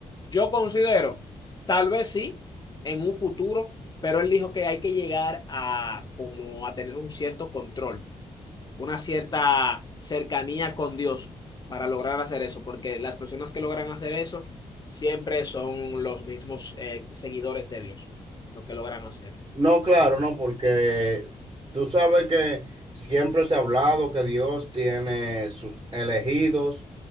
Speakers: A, on the left (about 30°); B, on the right (about 30°).
A: yo considero, tal vez sí, en un futuro, pero él dijo que hay que llegar a como a tener un cierto control, una cierta cercanía con Dios para lograr hacer eso, porque las personas que logran hacer eso siempre son los mismos eh, seguidores de Dios, lo que logran hacer.
B: No, claro, no, porque tú sabes que siempre se ha hablado que Dios tiene sus elegidos,